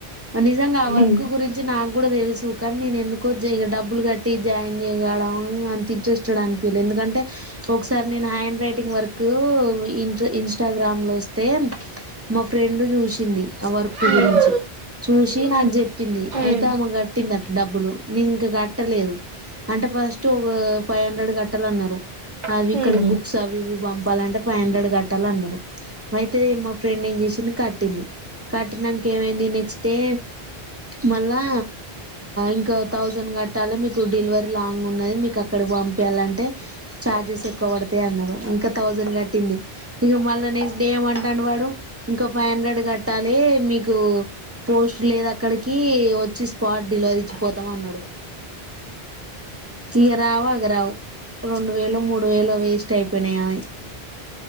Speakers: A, on the right; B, on the right.
A: నిజంగా ఆ
B: హ్మ్.
A: వర్క్ గురించి నా <inaudible> ఫ్రెండ్ చూసింది ఆ వర్క్
B: హ్మ్.
A: గురించి చూసి
B: హ్మ్.
A: నాకు చెప్పింది
B: హ్మ్.
A: అయితే ఆమె కట్టింది అట డబ్బులు నేను ఇంక కట్టలేదు అంటే ఫస్ట్ ఒక ఫైవ్ హండ్రెడ్ కట్టాలన్నారు అది
B: రెండు
A: ఇక్కడికి బుక్స్ అవి ఇవి పంపాలంటే ఫైవ్ హండ్రెడ్ కట్టాలన్నారు అయితే మా ఫ్రెండ్ ఏం చేసి కట్టింది కట్టినాక ఏమైంది నెక్స్ట్ డే మళ్ళా ఇంకా థౌసండ్ కట్టాలి మీకు డెలివరీ లాంగ్ ఉన్నది మీకు అక్కడకి పంపయాలంటే చార్జెస్ ఎక్కువ పడతాయి అన్నారు ఇంకా థౌసండ్ కట్టింది ఇక మళ్ళ నెక్స్ట్ డే ఏమంటాను వాడు ఇంకో ఫైవ్ హండ్రెడ్ కట్టాలి మీకు పోస్ట్ లేదు అక్కడికి వచ్చి స్పాట్ డెలివరీ ఇచ్చి పోతాం అన్నాడు ఇగరావు అగరావు రెండు వేలు మూడు వేలో వేస్ట్ అయిపోయినాయి అవి